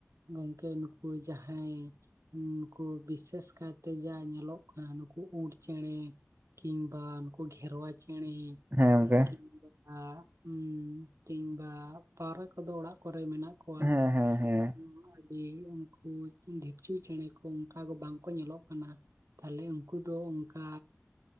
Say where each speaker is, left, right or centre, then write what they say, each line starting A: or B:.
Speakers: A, on the right; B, on the right.
A: ᱜᱚᱝᱠᱮ ᱱᱩᱠᱩ ᱡᱟᱦᱟᱸᱭᱼᱼ ᱱᱩᱠᱩ ᱵᱤᱥᱮᱥ ᱠᱟᱭᱛᱮ ᱡᱟ ᱧᱮᱞᱚᱜ ᱠᱟᱱᱟ ᱱᱩᱠᱩ ᱩᱸᱴ ᱪᱮᱸᱬᱮᱼᱼ ᱠᱤᱝᱵᱟ ᱩᱱᱠᱩ ᱜᱷᱮᱨᱣᱟ ᱪᱮᱸᱬᱮᱼᱼ
B: ᱦᱮᱸ ᱜᱚᱝᱠᱮᱼᱼ
A: <unintelligible> ᱠᱤᱝᱵᱟ ᱯᱟᱣᱨᱟ ᱠᱚᱫᱚ ᱚᱲᱟᱜ ᱠᱚᱨᱮ ᱢᱮᱱᱟᱜᱼᱼ ᱠᱚᱣᱟ
B: ᱦᱮᱸ ᱦᱮᱸ ᱦᱮᱸ
A: ᱩᱸ ᱟᱹᱰᱤ ᱩᱱᱠᱩ ᱰᱷᱤᱯᱪᱩ ᱪᱮᱸᱬᱮ ᱠᱚ ᱚᱝᱠᱟ ᱫᱚ ᱵᱟᱝᱠᱚ ᱧᱮᱞᱚᱜ ᱠᱟᱱᱟ᱾ ᱛᱟᱞᱦᱮ ᱩᱱᱠᱩ ᱫᱚ ᱚᱱᱠᱟᱼᱼ